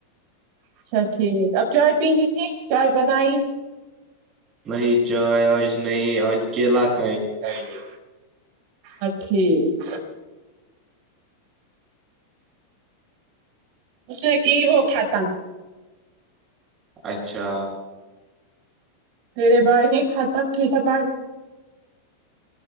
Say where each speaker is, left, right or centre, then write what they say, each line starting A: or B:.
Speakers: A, on the right (about 45°); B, on the right (about 30°).
A: اچھا ٹھیک اب چائے پینین تھی چائے بنائی
B: نہیں چائے آج نہیں اور کے لاکھ
A: ج گے ا ٹھیک اس نے کہ وہ کاتم
B: اچھا
A: تیرے بھائی نے ختم تھا ب